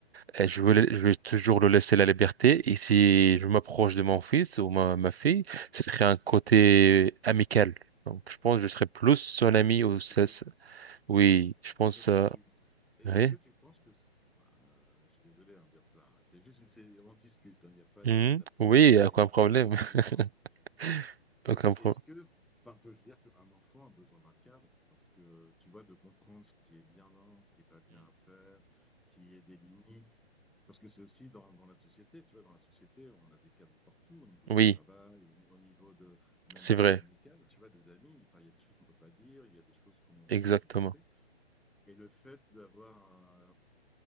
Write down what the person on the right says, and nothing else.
et je vais, je vais toujours le laisser la liberté. Et si je m'approche de mon fils ou ma, ma fille, ce serait un côté amical. Donc, je pense que je serais plus son ami ou
ça.
ça- Oui, je pense.
euh,
oui.
Mhm.
Oui, aucun
problème.
<laughs>
Aucun
problème.
Oui,
c'est vrai.
Exactement.